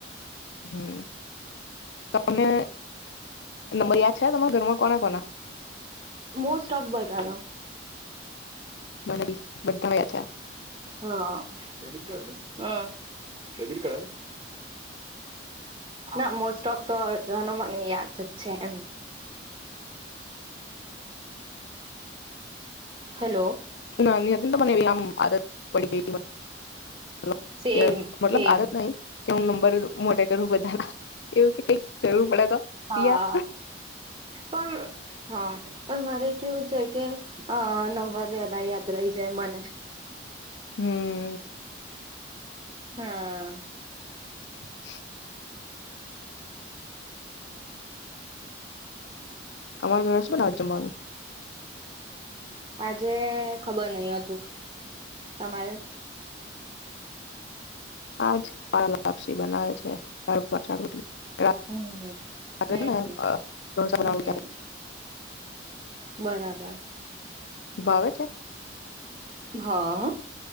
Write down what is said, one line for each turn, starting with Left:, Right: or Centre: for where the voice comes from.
Left: હમ અને નંબર યાદ છે તમારા ઘરમાં કોના કોના
Right: મોસ્ટ ઓફ બધનો
Left: મને બી બદ મયા છે
Right: હાટ બરાબર છે ના મોસ્ટ ઓફ તો મને યાદ જ છે એમ હેલો
Left: ત મનેવ્યામ આદત પડી ગઈ મતલબ
Right: સેમ
Left: કે મતલબ
Right: સેમ
Left: આરત નહી કે હું નંબર મોટા કરું બધા એવું કે કઈક જરૂર પડે તો
Right: હા
Left: યાર
Right: પણ હા પણ મારે કેવું છે કે અ નંબર વેલા યાદ રહી જાય મને
Left: હમ
Right: હા
Left: <inaudible> તમાર ઘર છું ને આજ જમવાનું
Right: આજે ખબર નઈ હજુ તમારે
Left: આાજ પાલાપસી બનાવે છે પાછાટલી રા
Right: હમ
Left: છે
Right: હમ
Left: ને બના
Right: હમ
Left: <inaudible>
Right: બરાબર
Left: વાવે છે
Right: હા